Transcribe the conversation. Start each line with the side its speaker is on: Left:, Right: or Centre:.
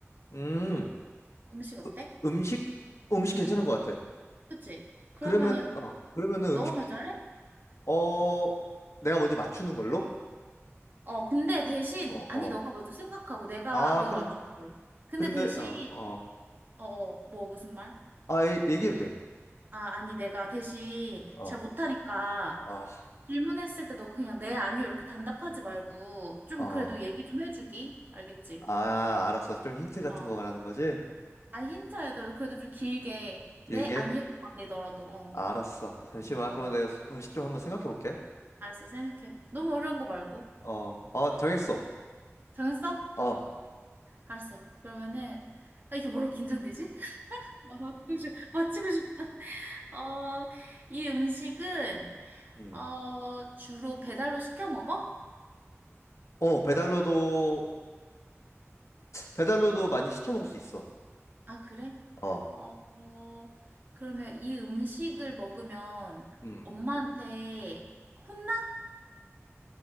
Left: 음,
Right: 음식 어때?
Left: 으- 음식? 음식
Right: 응.
Left: 괜찮은 것 같아.
Right: 그치? 그러면은,
Left: 그러면, 어, 그러면은
Right: 너가
Left: 음식, 주-
Right: 먼저 할래?
Left: 어, 내가 먼저 맞추는 걸로?
Right: 어, 근데 대신,
Left: 어,
Right: 아니,
Left: 어.
Right: 너가 먼저 생각하고 내가,
Left: 아,
Right: 내가
Left: 그래?
Right: 맞추는 걸로. 근데
Left: 그런데,
Right: 대신,
Left: 어, 어.
Right: 어, 어, 뭐, 무슨 말?
Left: 아, 얘- 얘기해도 돼.
Right: 아, 아니, 내가 대신
Left: 어,
Right: 잘 못하니까
Left: 어,
Right: 질문했을 때 너가 그냥 네, 아니요 이렇게 단답하지 말고 좀
Left: 어,
Right: 그래도 얘기 좀 해주기. 알겠지?
Left: 아, 알았어. 좀 힌트 같은
Right: 어.
Left: 거 말하는 거지?
Right: 아, 힌트 알더라도 그래도 좀 길게.
Left: 길게?
Right: 네, 아니요, 아니더라도. 어.
Left: 아, 알았어. 잠시만.
Right: 어.
Left: 그러면 내가 음식 좀 한번 생각해 볼게.
Right: 알았어, 생각해봐. 너무 어려운 거 말고.
Left: 어, 어, 정했어.
Right: 응. 정했어?
Left: 어,
Right: 알았어. 그러면은, 아, 이게 뭐라고 긴장되지? <laughs> 아, 맞추고 싶, 맞추고 싶다. 어, 이 음식은,
Left: 음.
Right: 어, 주로 배달로 시켜 먹어?
Left: 어, 배달로도, 배달로도 많이 시켜 먹을 수 있어.
Right: 아, 그래?
Left: 어,
Right: 어, 어, 그러면 이 음식을 먹으면
Left: 음.
Right: 엄마한테 혼나?